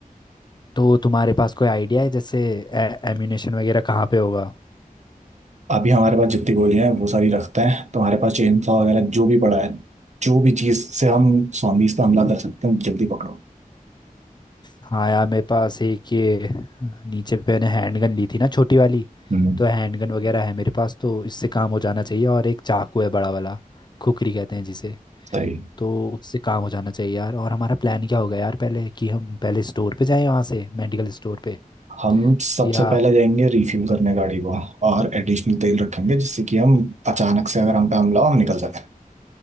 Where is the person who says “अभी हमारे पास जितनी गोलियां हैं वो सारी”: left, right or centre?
Right